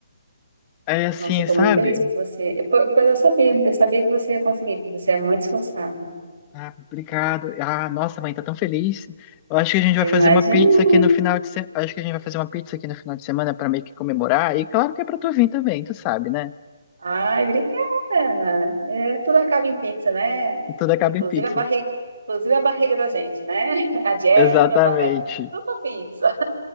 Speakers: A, on the left (about 25°); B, on the right (about 75°).
A: Aí assim,
B: Nossa, eu tô
A: sabe?
B: muito feliz por você. Eu- po- Pois eu sabia, eu sabia que você ia conseguir, porque você é muito esforçado.
A: Ah, complicado. Ah, nossa, mãe, tá tão feliz. Eu acho que a gente
B: Eu
A: vai fazer
B: imagino.
A: uma pizza aqui no final de semana. Acho que a gente vai fazer uma pizza aqui no final de semana pra meio que comemorar. E claro que é pra tu vir também, tu sabe, né?
B: Ai, obrigada. É, tudo acaba em pizza, né?
A: Tudo acaba
B: Inclusive
A: em pizza.
B: a barriga, inclusive a barriga da gente, né? <laughs> A dieta,
A: Exatamente.
B: vai, vai tudo pra pizza.